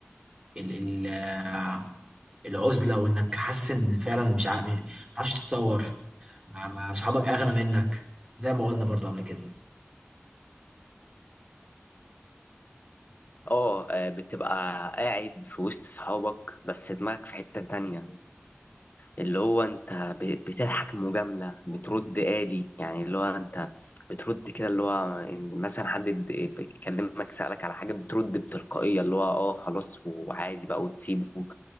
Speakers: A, on the right; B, on the left.
A: ال... ال... آه، العزلة وانك حاسس ان فعلا مش عارف مش عارفش تتصور مع مع صحابك اغنى منك زي ما قلنا برضه قبل كده
B: اه آه، بتبقى قاعد في وسط صحابك بس دماغك في حته تانية اللي هو انت ب- بتضحك مجاملة بترد آدي يعني اللي هو انت بترد كده اللي هو إن مثلا حد ب- بيكلمك سألك على حاجة بترد بتلقائية اللي هو اه خلاص وعادي بقى وتسيبه